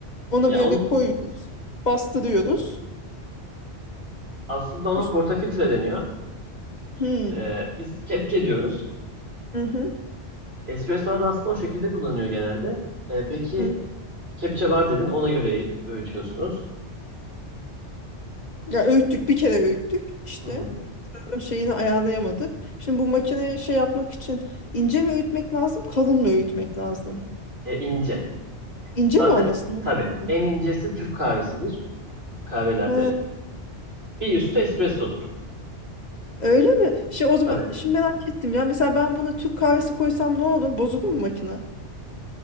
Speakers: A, on the left; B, on the right.
A: Ona
B: Ya
A: böyle
B: onun
A: koyuyoruz. Bastırıyoruz.
B: aslında ona
A: Üst-
B: portafiltre deniyor.
A: Hmm.
B: Ee, biz kepçe diyoruz.
A: Hı hı.
B: Espresso'lar da aslında o şekilde kullanıyor genelde. Ee, peki
A: hı.
B: kepçe var dedin ona göre öğütüyorsunuz.
A: Ya öğüttük bir kere öğüttük işte.
B: Hı hı.
A: Tam şeyini ayarlayamadık. Şimdi bu makineye şey yapmak için ince mi öğütmek lazım, kalın mı öğütmek lazım?
B: E, ince.
A: İnce
B: Zaten
A: mi olması lazım?
B: tabii en incesi Türk kahvesidir. Kahvelerde
A: Ha,
B: bir üstü espressodur.
A: öyle mi? Şey o zaman
B: Tabii.
A: şimdi merak ettim ya. Mesela ben buna Türk kahvesi koysam ne olur? Bozulur mu makine?